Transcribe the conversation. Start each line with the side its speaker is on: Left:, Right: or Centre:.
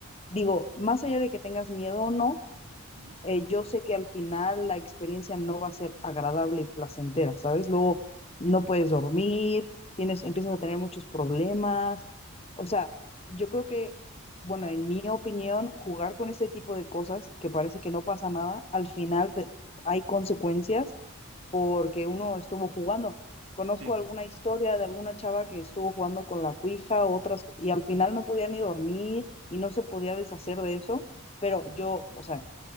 Left: digo, más allá de que tengas miedo o no,
Right: Ujú,
Left: eh, yo sé que al final la experiencia no va a ser agradable y placentera, ¿sabes? Luego no puedes dormir, tienes, empiezas a tener muchos problemas. O sea, yo creo que, bueno, en mi opinión, jugar con este tipo de cosas que parece que no pasa nada, al final
Right: ujú,
Left: te- hay consecuencias porque uno estuvo jugando. Conozco
Right: Sí.
Left: alguna historia de alguna chava que estuvo jugando con la cuija, otras, y al final no podía ni dormir y no se podía deshacer de eso pero
Right: ujú,
Left: yo, o sea,